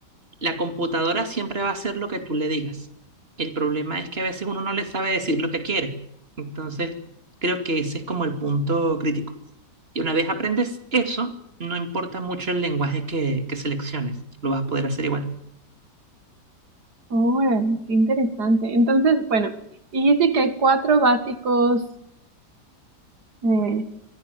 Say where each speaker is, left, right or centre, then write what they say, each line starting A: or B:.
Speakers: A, on the right (about 35°); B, on the right (about 65°).
A: la computadora siempre va a hacer lo que tú le digas. El problema es que a veces uno no le sabe decir lo que quiere. Entonces, creo que ese es como el punto crítico. Y una vez aprendes eso, no importa mucho el lenguaje que, que selecciones, lo vas a poder hacer igual.
B: Órale, qué interesante. Entonces, bueno, dijiste que hay cuatro básicos eh,